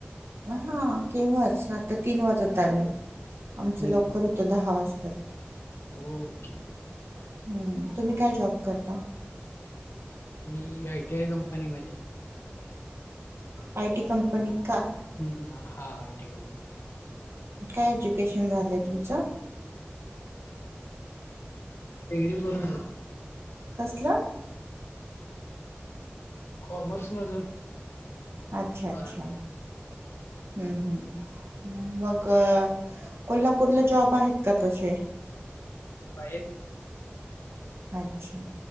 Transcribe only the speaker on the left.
हम्म
ओके.
मी आय. टी. आय. कंपनीमध्ये आहे.
हम्म.. हा.. हा.. आय. टी. कंपनी.
डिग्री पूर्ण झाली.
कॉमर्स मधून.
बारावी.
हो आहेत की.